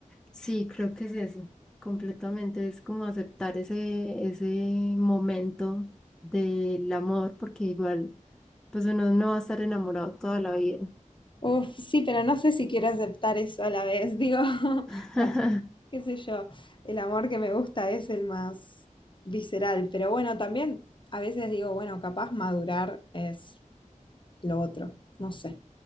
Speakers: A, in the centre; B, on the left (about 35°).
A: Sí, creo que es eso, completamente, es como aceptar ese, ese momento del amor, porque igual, pues uno no va a estar enamorado toda la vida.
B: Uf, sí, pero no sé si quiero aceptar eso a la vez. Digo, <laughs>
A: <laughs>
B: bueno, qué sé yo, el amor que me gusta es el más visceral, pero bueno, también a veces digo, bueno, capaz madurar es lo otro. No sé.